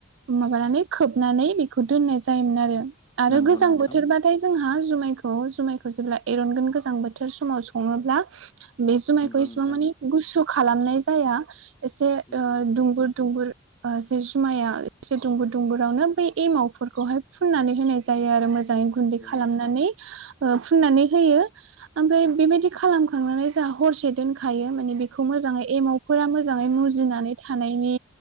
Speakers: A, on the right; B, on the left.
A: माबानानै खोबनानै बेखौ दोननाय जायोमोन आरो आरो
B: नंगौ
A: गोजां
B: नोंथां
A: बोथोरबा नाथाय जोंहा जुमायखौ जुमायखौ जेब्ला एरनगोन गोजां बोथोर समाव सङोब्ला बे जुमायखौ
B: नंगौ
A: एसिबां
B: नोंथां
A: माने गुसु खालामनाय जाया एसे
B: नंगौ
A: ओ-दुंगुर दुंगुर ओ-जि जुमाया एसे दुंबुर दुंबुरावनो बै एमावफोर खौहाय फुननानै होनाय जायो आरो मोजाङै गुन्दै खालामनानै।
B: नोंथां
A: ओ फुननानै होयो। ओमफ्राय बेबायदि खालामखांनानै जाहा हरसे दोनखायो। माने बे खौ मोजाङै एमावफोरा मोजाङै मुजिनानै थानायनि